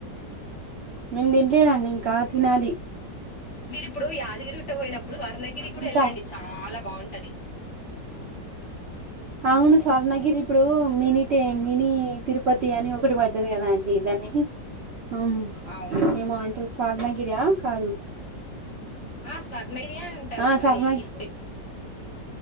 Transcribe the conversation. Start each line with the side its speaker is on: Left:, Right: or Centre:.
Right: మేము తిన్లేదండి ఇంకా తినాలి.
Left: మీరిఇప్ ఇప్పుడు యాదగిరి గుట్ట పోయినప్పుడు స్వర్ణగిరి కూడా
Right: ఎంత
Left: వెళ్ళండి చాలా బాగుంటది.
Right: అవును స్వర్ణగిరి ఇప్పుడు మినీ టే మినీ తిరుపతి అని ఒకటి పడ్డది కదా అండి దాన్ని ఆమ్
Left: అవును
Right: ఏమంటరు స్వర్ణగిరియా కాదు
Left: ఆ స్వర్ణగిరియే అంటరు
Right: ఆ
Left: అది
Right: స్వర్ణగి
Left: ఇప్పుడే